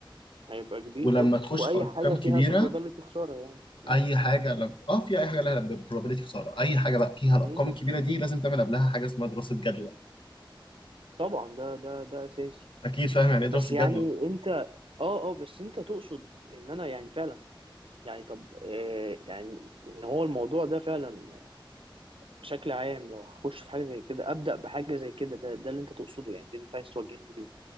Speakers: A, on the right; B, on the left.
A: هيبقى كبير
B: ولما
A: اه
B: تخش
A: واي
B: في ارقام
A: حاجه فيها
B: كبيره
A: probability خساره يعني مم.
B: اي حاجه لب... اه في اي حاجه لها probability خساره اي حاجه بقى فيها الارقام
A: مم.
B: الكبيره دي لازم تعمل قبلها حاجه اسمها دراسه جدوى
A: طبعا ده ده ده اساسي
B: اكيد فاهم يعني ايه دراسه
A: بس يعني
B: جدوى
A: انت اه اه بس انت تقصد ان انا يعني فعلا يعني طب آه، يعني ان هو الموضوع ده فعلا بشكل عام لو هخش في حاجه زي كده ابدا بحاجه زي كده ده ده اللي انت تقصده يعني ده اللي انت عايز توجهني ليه